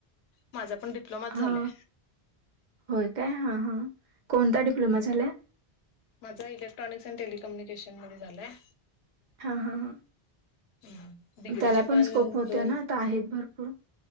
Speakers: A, on the left (about 75°); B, on the right (about 55°).
A: माझा पण डिप्लोमाच
B: हा
A: झालंय
B: होय काय हा हा कोणता डिप्लोमा झालाय
A: माझा इलेक्ट्रॉनिक्स अँन टेलिकम्युनिकेशन मध्ये झालंय.
B: हा हा हा.
A: उ डिग्रीचे
B: त्याला
A: पण
B: स्कोप होते
A: दोन
B: ना, आता आहेत भरपूर.